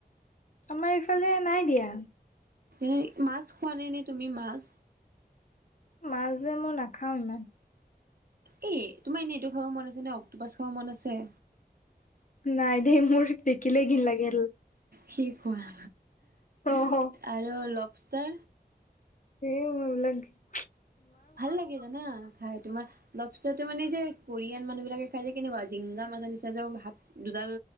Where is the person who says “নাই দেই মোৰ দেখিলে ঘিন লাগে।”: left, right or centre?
Left